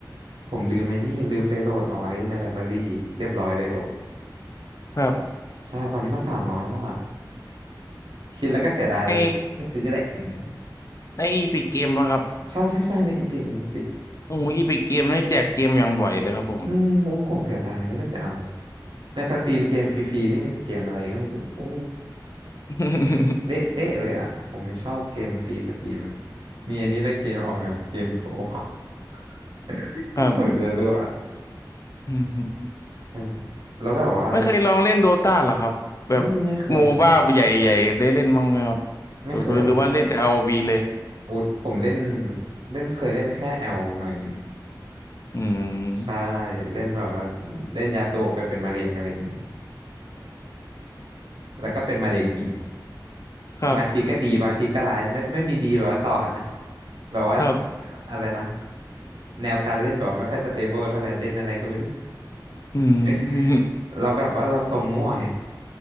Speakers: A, on the right; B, on the left.
A: ผมลืมไอ้นี่ลืมไปโหลดเอาไว้ในไลบรารีเรียบร้อยเลยอด
B: ครับ
A: ใช่ตอนนี้มาสามร้อยแล้วอะคิดแล้วก็เสียดายเลยไม่ซื้อแหละอย่างเงี้ย
B: ในในอีพิกเกมปะครับ
A: ใช่ใช่ใช่ในอีพิกในอีพิก
B: โอ้อีพิกเกมนี่แจกเกมอย่างบ่อยเลยครับผม
A: อืมโอ้ผมเสียดายไม่ได้ไปเอาในสตรีมเกมฟรีๆนี่มีแต่เกมอะไรก็ไม่รู้โอ้
B: <laughs>
A: เละเตะเลยอ่ะผมไม่ชอบเกมฟรีสตรีมเลยมีอันนี้เลยเกมออกแนวเกมโปร <laughs>
B: ครั
A: ผมจะรั่ว
B: บ
A: อืมแล้วแบบว่า
B: ไม่เคยลองเล่นโดตาหรอครับแบบโมบ้าใหญ่ๆได้เล่นบ้างไหมครับ
A: อืมไม่เคยเลยไม่เคยเลยครับ
B: หรือหรือว่าเล่นแต่อ o ีเลย
A: อุดผมเล่นเล่นเคยเล่นแค่แอลหน่อยหนึ่ง
B: อืม
A: ใช่
B: <laughs>
A: เล่นแบบว่าเล่นยาสูบไปเป็นมะเร็งอะไรอย่างนี้แล้วก็เป็นมะเร็งจริง
B: ครับ
A: บางทีก็ดีบางทีก็ร้ายไม่ไม่มีดีแบบว่าต่อกันนะแบบว่า
B: ครับ
A: อะไรนะแนวการเล่นแบบไม่ค่อยสเตเบิลเท่าไหร่เล่นอะไรก็ไม่รู้
B: อืม
A: <laughs> เราแบบว่าเราทรงมั่วไง